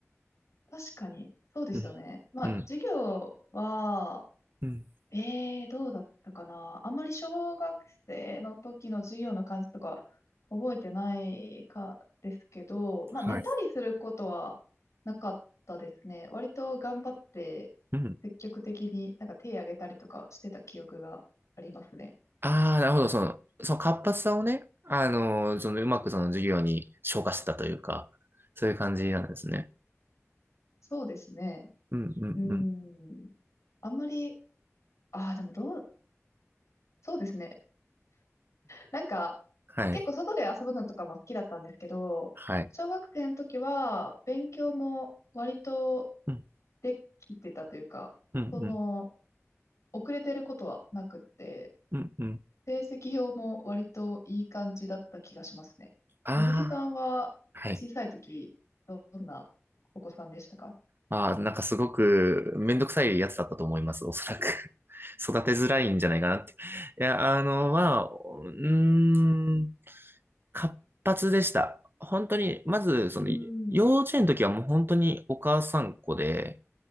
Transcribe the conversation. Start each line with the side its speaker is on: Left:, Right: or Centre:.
Left: 確かに、そうですよね。
Right: うん。
Left: まあ、
Right: うん。
Left: 授業は、
Right: うん。
Left: ええー、どうだったかな。あんまり小学生の時の授業の感じとか覚えてないかですけど、まあ寝たりすることはなかったですね。
Right: はい。
Left: 割と頑張って積極的になんか手挙げたりとかしてた記憶がありますね。
Right: うん。ああ、なるほど。その、その活発さをね、あのーそのうまくその授業に昇華してたというか、そういう感じなんですね。
Left: そうですね。
Right: うん、うん、
Left: うーん。
Right: うん。
Left: あんまり、ああ、でもどう、そうですね。なんか
Right: はい。
Left: 結構外で遊ぶのとかも好きだったんですけど、
Right: はい。
Left: 小学生の時は勉強も割と
Right: うん、
Left: できてたというか、
Right: うん、
Left: その、
Right: うん、
Left: 遅れてることはなくって、
Right: うん、うん。
Left: 成績表も割といい感じだった気がしますね。
Right: ああ、
Left: 鈴木さんは小さい時、
Right: はい。
Left: どんなお子さんでしたか
Right: ああ、なんかすごくめんどくさいやつだったと思います、おそらく。<laughs> 育てづらいんじゃないかなって。いや、あの、まあ、うーん、活発でした。本当に、まず、その、
Left: うー
Right: 幼稚園の時はもう本当にお母さんっ子で、
Left: ん。